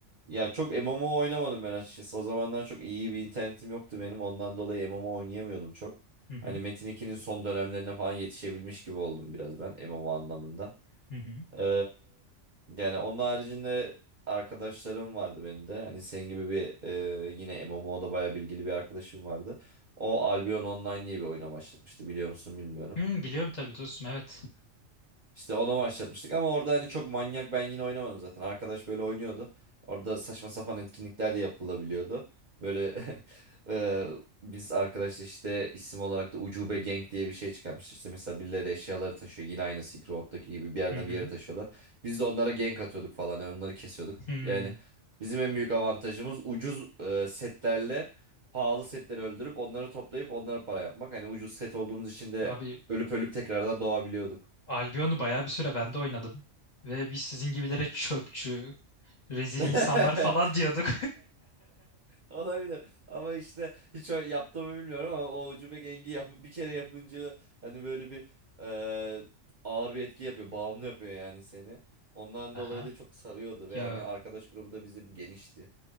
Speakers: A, on the right (about 45°); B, on the left (about 40°).
A: Ya çok MMO oynamadım ben açıkçası. O zamanlar çok iyi bir internetim yoktu benim. Ondan dolayı MMO oynayamıyordum çok.
B: Hı hı.
A: Hani Metin 2'nin son dönemlerine falan yetişebilmiş gibi oldum biraz ben MMO anlamında.
B: Hı hı.
A: Ee, yani onun haricinde arkadaşlarım vardı benim de. Hani senin gibi bir e, yine MMO'da bayağı bilgili bir arkadaşım vardı. O Albion Online diye bir oyuna başlatmıştı biliyor musun bilmiyorum.
B: Hı, biliyorum tabii dostum evet.
A: İşte onu başlatmıştık ama orada hani çok manyak ben yine oynamadım zaten. Arkadaş böyle oynuyordu. Orada saçma sapan etkinlikler de yapılabiliyordu. Böyle <laughs> e, biz arkadaşla işte isim olarak da Ucube Gang diye bir şey çıkarmıştık. İşte mesela birileri eşyaları taşıyor. Yine aynı Silk Road'daki gibi bir yerden
B: Hı hı.
A: bir yere taşıyorlar. Biz de onlara gank atıyorduk falan. Yani onları kesiyorduk.
B: Hı.
A: Yani bizim en büyük avantajımız ucuz e, setlerle pahalı setleri öldürüp onları toplayıp onlara para yapmak. Hani ucuz set olduğumuz için de
B: Abi
A: ölüp ölüp tekrardan doğabiliyorduk.
B: Albion'u bayağı bir süre ben de oynadım. Ve biz sizin gibilere çöpçü, rezil
A: <laughs>
B: insanlar falan diyorduk.
A: Olabilir ama işte hiç o- yaptığımı bilmiyorum ama o ucube gengi yap bir kere yapınca hani böyle bir eee, ağır bir etki yapıyor bağımlı yapıyor yani seni ondan
B: <laughs> Aha.
A: dolayı da çok sarıyordu ve
B: Ya
A: yani arkadaş grubu da bizim genişti